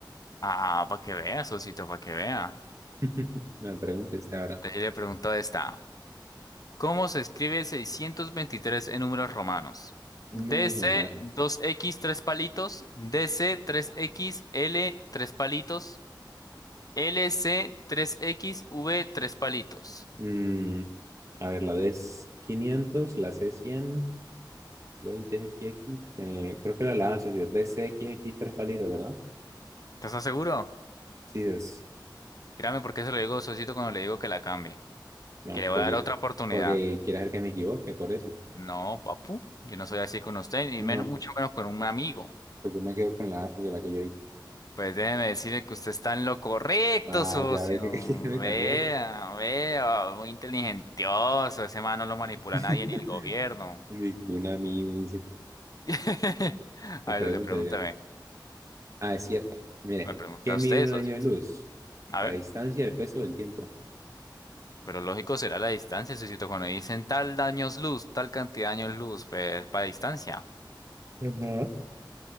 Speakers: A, on the left; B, on the right.
A: Ah, para que vea, Sosito, para que vea.
B: <laughs> Me pregunta esta ahora.
A: Entonces yo le pregunto esta. ¿Cómo se escribe 623 en números romanos?
B: No,
A: DC
B: mi madre.
A: dos x 3 palitos, DC 3 x L 3 palitos, LC tres x V tres palitos.
B: Mm, a ver, la D es 500, la C es 100 20XX, eh, creo que era la asociación DCXX tres palitos, ¿verdad?
A: ¿Estás seguro?
B: Sí, es.
A: Créame porque eso lo digo a Sosito cuando le digo que la cambie,
B: No,
A: que le voy
B: porque,
A: a dar otra oportunidad.
B: porque quieres ver que me equivoque, por eso.
A: No, papu, yo no soy así con usted, ni
B: No,
A: menos, mucho menos con un amigo.
B: pues yo me quedo con la asociación, la que yo di.
A: Pues déjeme decirle que usted está en lo correcto,
B: Ah,
A: socio.
B: ya ve que, <laughs> que quiere me
A: Vea,
B: cambiar.
A: vea, muy inteligentioso. Ese man no lo manipula
B: <laughs>
A: nadie ni el gobierno.
B: Y que un amigo dice,
A: <laughs>
B: me
A: A
B: pregunta,
A: ver, socio, pregúntame.
B: digo, ah, es cierto. Mire,
A: Me pregunta
B: ¿qué mide
A: usted,
B: un
A: socio.
B: año de luz?
A: A
B: La
A: ver,
B: distancia, el peso, el tiempo.
A: pero lógico será la distancia, socio. Cuando dicen tal años luz, tal cantidad de años luz, pues para distancia.
B: Ajá.